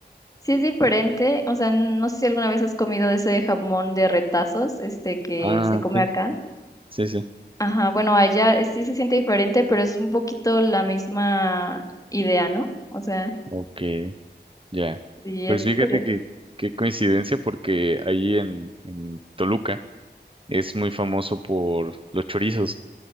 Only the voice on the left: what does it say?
sí es diferente, o sea, no sé si alguna vez has comido ese jamón de retazos, este, que
se come
acá.
Ajá, bueno, allá sí se siente diferente, pero es un poquito la misma idea, ¿no? O sea,
sí
es
curioso.